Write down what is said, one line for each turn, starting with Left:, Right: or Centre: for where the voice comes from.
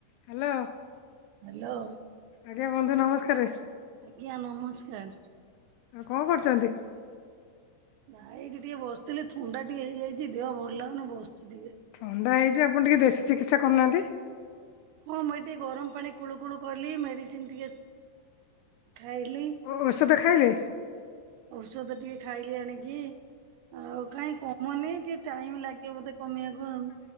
Left: Hello.
Right: Hello.
Left: ଆଜ୍ଞା ବନ୍ଧୁ ନମସ୍କାରେ।
Right: ଆଜ୍ଞା ନମସ୍କାର।
Left: ଆଉ କଣ କରୁଚନ୍ତି?
Right: ନାଇ ଏଇଠି ଟିକେ ବସିଥିଲି ଥଣ୍ଡା ଟିକେ ହେଇଯାଇଚି ଦେହ ଭଲ ଲାଗୁନି ବସ୍ଚି ଟିକେ।
Left: ଥଣ୍ଡା ହେଇଚି ଆପଣ ଟିକେ ଦେଶୀ ଚିକିତ୍ସା କରୁନାହାନ୍ତି।
Right: ହଁ ମୁଁ ଏଇ ଟିକେ ଗରମ ପାଣି କୁଳୁ କୁଳୁ କଲି ମେଡିସିନ୍ ଟିକେ ଖାଇଲି।
Left: ଓ ଓଷଧ ଖାଇଲେ?
Right: ଓଷଧ ଟିକେ ଖାଇଲି ଆଣିକି। ଆଉ କାଇଁ କମୁନି ଟିକେ ଟାଇମ୍ ଲାଗିବ ବୋଧେ କମିବାକୁ ଆଉ।